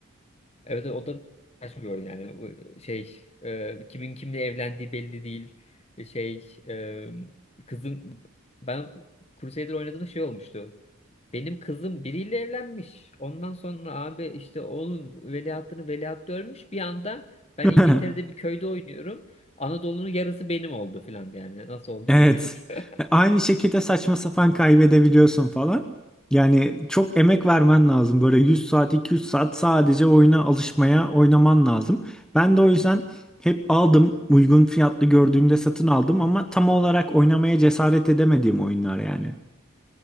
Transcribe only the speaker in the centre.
<laughs>
Evet.
E, Aynı şekilde saçma sapan kaybedebiliyorsun falan. Yani çok emek vermen lazım. Böyle 100 saat, 200 saat sadece oyuna alışmaya, oynaman lazım. Ben de o yüzden hep aldım. Uygun fiyatlı gördüğümde satın aldım ama tam olarak oynamaya cesaret edemediğim oyunlar yani.